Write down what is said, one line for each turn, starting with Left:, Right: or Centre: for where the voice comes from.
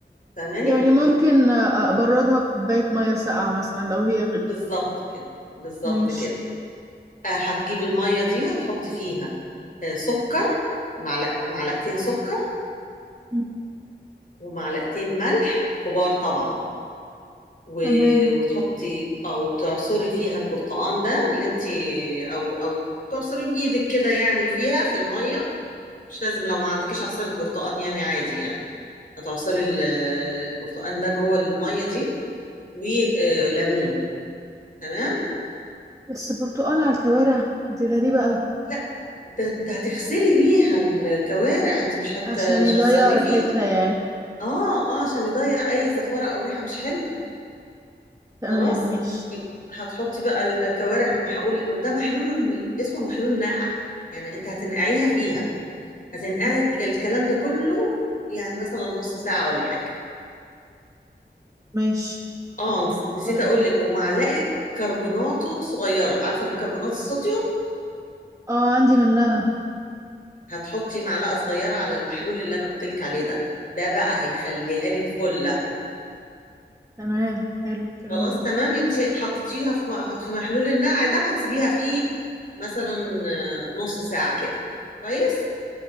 Left: فاهماني
Right: يعني ممكن آه، أبردها بكوباية مية ساقعة مثلا لو هي غليت
Left: بالظبط كده بالظبط
Right: ماشي
Left: كده آه، هتجيب الميه دي هتحط فيها آه، سكر معلق معلقتين سكر
Right: مم.
Left: ومعلقتين ملح كبار طبعا و...
Right: تمام
Left: وتحطي او تعصري فيها البرتقان ده اللي انت او او تعصري بايدك كده يعني فيها في الميه مش لازم لو ما عندكيش عصير برتقان يعني عادي يعني هتعصري ال- البرتقان ده جوه الميه دي وليمون تمام
Right: بس برتقال على الكوارع دي غريبة أوي
Left: لا ده انت هتغسلي بيها الكوارع انت مش هت...
Right: عشان
Left: مش
Right: يضيع
Left: هتسويه
Right: ريحتها
Left: فيها
Right: يعني
Left: اه اه عشان يضيع اي زفاره او ريحه مش حلوه
Right: تمام
Left: خلاص
Right: ماشي
Left: يبقى هتحطي بقى الكوارع في محلول ده محلول اسمه محلول نقع يعني انت هتنقعيها فيها هتنقعي
Right: مم.
Left: الكلام ده كله يعني مثلا نص ساعه ولا حاجه
Right: ماشي
Left: اه نس- نسيت
Right: بعدين
Left: اقول لك ومعلقه كربوناته صغيره عارفه بيكربونات الصوديوم
Right: اه عندي منها
Left: هتحطي معلقة صغيرة على المحلول اللي أنا قلتلك عليه ده ده بقى هيخليها لك فلة
Right: تمام حلو الكلام
Left: خلاص
Right: ده
Left: تمام انت حطيتيها في م- في محلول النقع ده هتسيبيها فيه مثلا آه، نص ساعة كده كويس